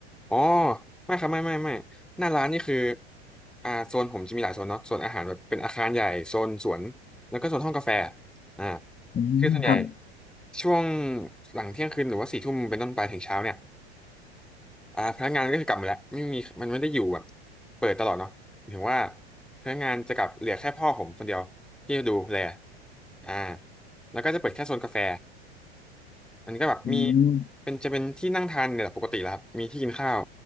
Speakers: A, in the centre; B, on the left.
A: อ๋อไม่ครับไม่ไม่ไม่หน้าร้านนี่คืออ่าโซนผมจะมีหลายโซนเนาะโซนอาหารแบบเป็นอาคารใหญ่โซนสวนแล้วก็โซนห้องกาแฟอ่า
B: อืมครับ
A: คือส่วนใหญ่ช่วงหลังเที่ยงคืนหรือว่าสี่ทุ่มเป็นต้นไปถึงเช้าเนี่ยอ่าพนักงานก็คือกลับหมดแล้วไม่มีมันไม่ได้อยู่แบบเปิดตลอดเนาะถึงว่าพนักงานจะกลับเหลือแค่พ่อผมคนเดียวที่ดูแลอ่าแล้วก็จะเปิดแค่โซนกาแฟ มันก็แบบมี
B: อืม
A: เป็นจะเป็นที่นั่งทานเนี่ยแหละปกติแหลวครับมีที่กินข้าว